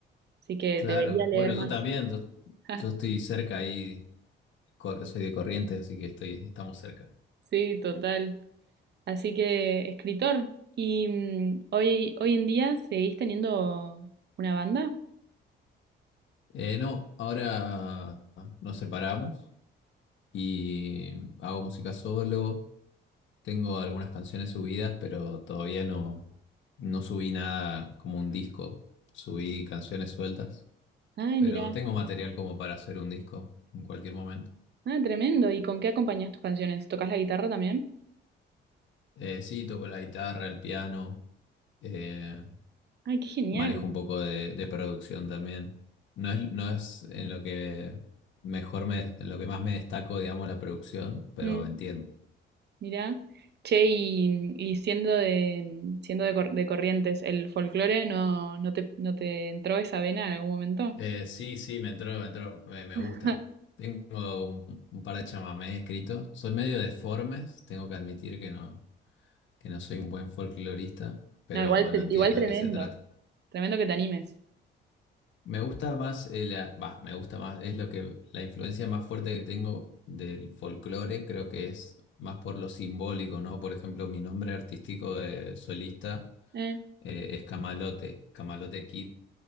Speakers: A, on the right; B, on the left.
A: así que
B: Claro,
A: debería leer
B: bueno, yo
A: más.
B: también. Yo,
A: <laughs>
B: yo estoy cerca ahí. Cor- soy de Corrientes, así que estoy, estamos cerca.
A: Sí, total. Así que, escritor, ¿y mm, hoy, hoy en día seguís teniendo una banda?
B: Eh, no, ahora nos separamos y hago música solo. Tengo algunas canciones subidas, pero todavía no, no subí nada como un disco. Subí canciones sueltas.
A: Ay,
B: pero
A: mira.
B: tengo material como para hacer un disco en cualquier momento.
A: Ah, tremendo. ¿Y con qué acompañas tus canciones? ¿Tocas la guitarra también?
B: Eh, sí, toco la guitarra, el piano, eh,
A: Ay, qué genial.
B: manejo un poco de, de producción también. No es, no es en lo que mejor me, en lo que más me destaco, digamos, la producción, pero
A: Mm,
B: entiendo.
A: mira. Che, y, y siendo de, siendo de, Cor- de Corrientes, ¿el folclore no, no te, no te entró esa vena en algún momento?
B: Eh, sí, sí, me entró, me entró, me, me
A: <laughs>
B: gusta. Tengo un, un par de chamamés escritos. Son medio deformes, tengo que admitir que no, que no soy un buen folclorista, pero
A: No, igual,
B: bueno,
A: te-
B: entiendo
A: igual tremendo.
B: de qué se trata.
A: Tremendo que te animes.
B: Me gusta más, eh, la, bah, me gusta más, es lo que la influencia más fuerte que tengo del folclore, creo que es más por lo simbólico, ¿no? Por ejemplo, mi nombre artístico de solista
A: Eh,
B: eh, es Camalote, Camalote Kid,